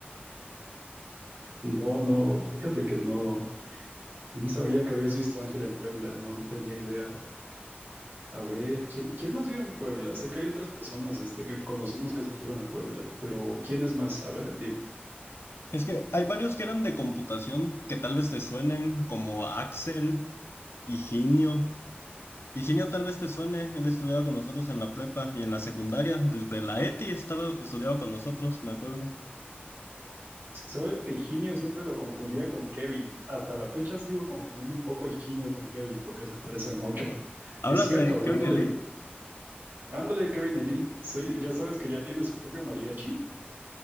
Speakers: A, on the right; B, on the left.
A: No, no, fíjate que no, no sabía que habías visto a Ángel en Puebla, no, no tenía idea. A ver, ¿quién, quién más vive en Puebla? Sé que hay otras personas, este, que conocemos que se fueron a Puebla, pero ¿quién es más? A ver,
B: Es que hay varios que eran de computación que tal vez te suenen, como Axel, Higinio. Higinio tal vez te suene, él estudiaba con nosotros en la prepa y en la secundaria, desde la ETI estaba estudiaba con nosotros, me acuerdo.
A: Sabes que Higinio siempre lo confundía con Kevin. Hasta la fecha sigo confundiendo un poco a Higinio con Kevin porque se parecen mucho.
B: ¿Hablas
A: Es cierto,
B: de
A: hablando
B: Kevin
A: de...
B: Lee?
A: Ándale, Kevin Eli. Sí, ya sabes que ya tiene su propio mariachi.